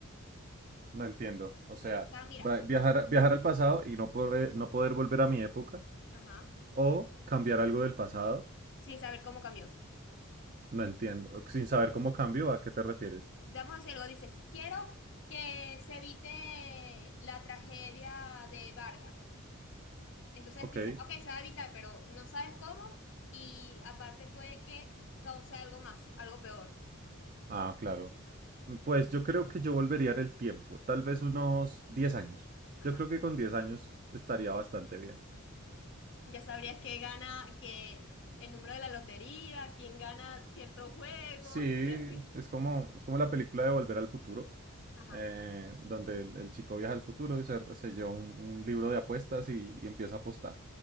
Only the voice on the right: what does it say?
No entiendo. O sea,
va- viajar, a- viajar al pasado y no poder, no poder volver a mi época
o cambiar algo del pasado.
No entiendo. Sin saber cómo cambio, ¿a qué te refieres?
Ok.
Ah, claro. Mm, Pues yo creo que yo volvería en el tiempo, tal vez unos 10 años. Yo
creo que con 10 años estaría bastante bien.
Sí,
es como, es como la película de Volver al Futuro,
eh, donde el, el chico viaja al futuro y se, se lleva un, un libro de apuestas y, y empieza a apostar.